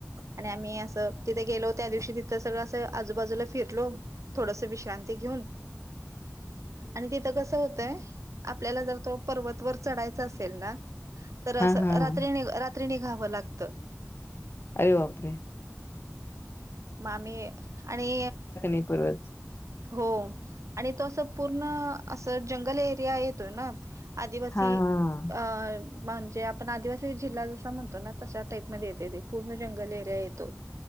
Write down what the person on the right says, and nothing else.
आणि आम्ही असं तिथे गेलो त्या दिवशी तिथं सगळं असं आजूबाजूला फिरलो. थोडसा विश्रांती घेऊन आणि तिथं कसं होतय आपल्याला जर तो पर्वत वर चढायचा असेल ना तर
असं
रात्री नी रात्री निघावं लागतं.
मामी आणि
हो आणि तो असं पूर्ण असं जंगल एरिया येतोय ना आदिवासी
अन म्हणजे आपण आदिवासी जिल्हा जसा म्हणतो ना तशा टाईप मध्ये येते ते पूर्ण जंगल एरिया येतो.